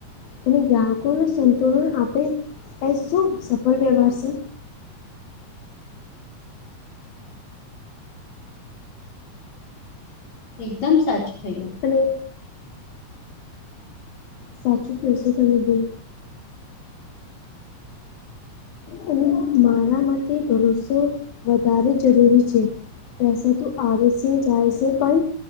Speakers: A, on the left (about 75°); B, on the left (about 60°).
A: અને ગ્રાહકોને સંતુલન આપે એ, શું સફળ વ્યવહાર છે.
B: એકદમ સાચું કહ્યું.
A: અને સાચું કયો છો તમે બોન, અને મારા મતે ભરોસો વધારે જરૂરી છે. પૈસા તો આવે છે, જાય છે પણ